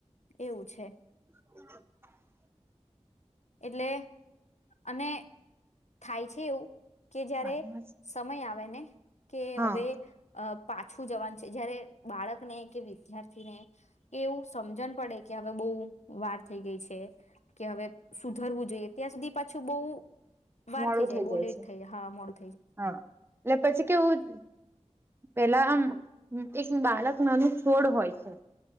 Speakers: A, on the left; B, on the right.
A: એવું છે.
B: <inaudible>
A: એટલે અને થાય છે એવું કે જયારે
B: મારી વાત
A: સમય આવે પેને કે
B: હા
A: હવે અ પાછું જવાનું છે, જયારે બાળકને કે વિદ્યાર્થીને એવું સમજણ પડે કે હવે બહુ વાર થઈ ગઈ છે કે હવે સુધરવું જોઈએ ત્યાં સુધી પાછું બહુ વાર
B: મોડું
A: થઇ જાય
B: થઈ
A: બહુ લેટ
B: છે
A: થઇ જાય હા મોડુ
B: હા એટલે પછી કેવું પેલા આમ એક બાળક નાનું છોડ હોય છે.